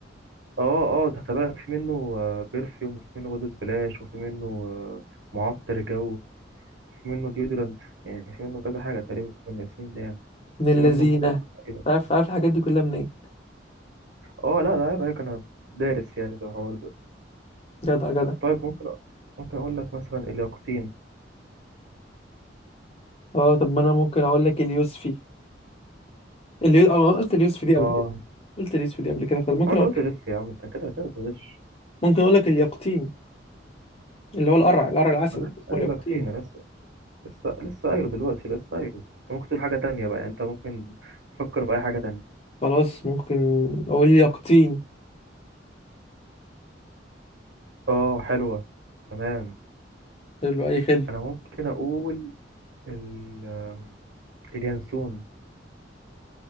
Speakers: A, on the right; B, on the left.
A: اه اه ده خلي بالك في منه آه، بيرفيوم وفي منه بودي سبلاش وفي منه آه، معطر جو وفي منه ديودرنت يعني في منه كذا حاجه تقريبا الياسمين ده يعني
B: من اللذينه
A: في منه بخور تقريبا
B: عارف عارف الحاجات دي كلها منين
A: اه لا لا عيب عليك انا دارس يعني في الحوار ده
B: جدع جدع
A: طيب ممكن ممكن اقول لك مثلا الياقوتين
B: اه طب ما انا ممكن اقول لك اليوسفي اللي اه أنا قلت اليوسفي دي قبل
A: اه
B: كده قلت اليوسفي دي قبل كده فممكن
A: هو انت
B: اقول
A: قلت
B: لك
A: لسه يا عم انت كده كده بتغش
B: ممكن اقول لك اليقطين اللي هو القرع القرع العسل
A: ما أنا لسه
B: اسمه
A: قايله
B: اليقطين
A: كتير لسه لسه لسه قايله دلوقتي لسه قايله انت ممكن تقول حاجه تانية بقى يعني انت ممكن تفكر باي حاجه تانية
B: خلاص ممكن اقول يقطين
A: اه حلوه تمام
B: حلو اي خدمه
A: انا ممكن اقول ال... آم، اليانسون